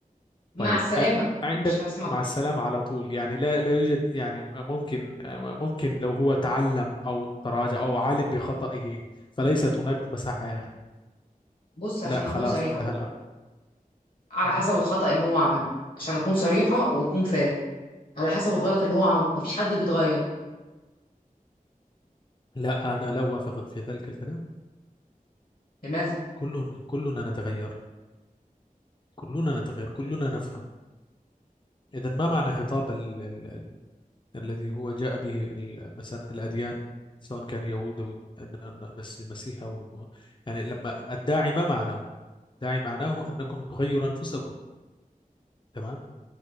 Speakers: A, on the left; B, on the left.
A: مع
B: طيب
A: السلامه
B: أ- عندك
A: مش هسمع
B: مع السلامة على طول يعني لا لا يوجد يعني ممكن ممكن لو هو تعلم أو تراجع أو علم بخطئه فليست هناك مساحة يعني
A: بص عشان
B: لا
A: اكون
B: خلاص
A: صريحه
B: انتهى
A: برضه
B: الأمر
A: على
B: مهم.
A: حسب الخطأ اللي هو عمله عشان أكون صريحة وأكون فارق على حسب الغلط اللي هو عمله مفيش حد بيتغير
B: لا أنا لا أوافقك في ذلك الكلام
A: لماذا؟
B: كل كلنا نتغير كلنا نتغير كلنا نفهم إذا ما معنى خطاب ال... ال... ال... الذي هو جاء به ال... مثلا الأديان سواء كان يهود أو بس مسيح أو يعني لما الداعي ما معناه الداعي معناه أنكم تغيروا أنفسكم تمام